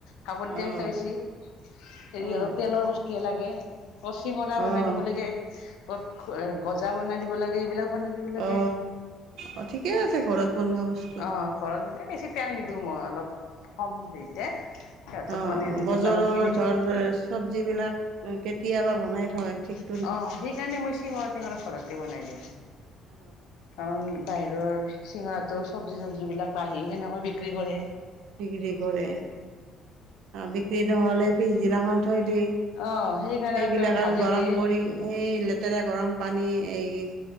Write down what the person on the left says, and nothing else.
ভাপত দিয়াৰ
পিঠা বেছি হেৰি
অলপ তেলৰ বস্তুয়েই লাগে। কত চিঙৰা বনাই
দিব লাগে ক'ত গজা বনাই দিব লাগে এইবিলাক বনাই দিব লাগে
অ ঘৰত মানে বেছি তেল নিদিওঁ মই অলপ কম হেৰিতে সিহঁতক
মানে
দোকানত কিনি খোৱাতকৈ
অ সেইকাৰণে মই চিঙৰা তিঙৰা ঘৰতে বনাই দিওঁ
কাৰণ বাহিৰৰ চিঙৰাটো
চব্জিবিলাক বাঢ়ি সেনেকৈ বিক্ৰী কৰে।
অ সেইকাৰণে তেলত ভাজি
দিয়ে